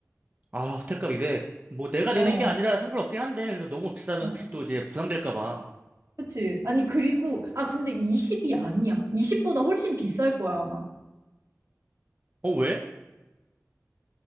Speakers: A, on the right; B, on the right.
A: 아, 호텔값 200. 뭐 내가
B: 어,
A: 내는 게 아니라 상관없긴 한데, 그래도 너무 비싸면
B: 어,
A: 혹시 또 이제 부담될까 봐.
B: 그치. 아니, 그리고, 아, 근데 20이 아니야. 20보다 훨씬 비쌀 거야, 아마.
A: 어, 왜?